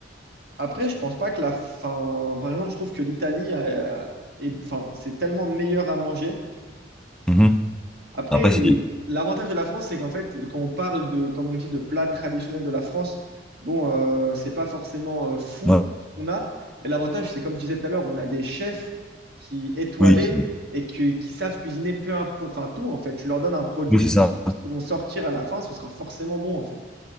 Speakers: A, on the right; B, in the centre.
A: Après, je pense pas que la fin. Par exemple, je trouve que l'Italie, euh, est- enfin, c'est tellement meilleur à manger
B: Mhm.
A: Après,
B: Après,
A: l-
B: c'est.
A: l'avantage de la France, c'est qu'en fait, quand on parle de, comme on dit, de plats traditionnels de la France, bon, euh, c'est pas forcément euh, fou
B: ouais,
A: ce qu'on a, mais l'avantage, c'est comme je disais tout à l'heure, on a des chefs qui étoilés
B: Oui, qui-
A: et qui, qui savent cuisiner peu importe, enfin tout en fait. Tu leur donnes un produit,
B: oui, c'est
A: ce
B: ça.
A: qui, ce qu'ils vont sortir à la fin, ce sera forcément bon en fait.